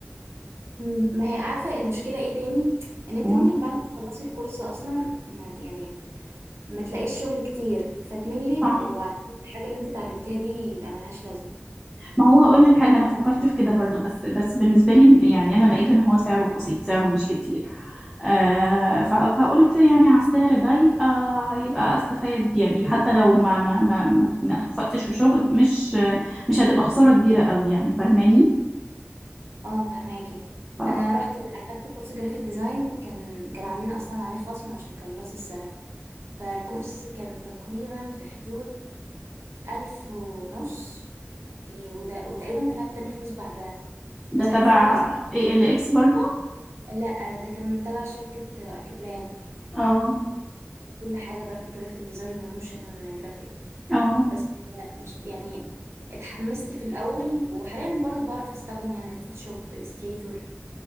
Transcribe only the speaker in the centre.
قول
صح
ما هو هقول لك حاجة أنا فكرت في كده برضو بس بس بالنسبة لي يعني أنا لقيت إن هو سعره بسيط سعره مش كتير آه ف- فقلت يعني على السعر ده يبقى يبقى استفاد يعني حتى لو ما ما ما ما ما توفقتش في شغل مش مش هتبقى خسارة كبيرة قوي يعني فاهماني
ف
ده
تبع
اي ال اكس برضو
اه
اه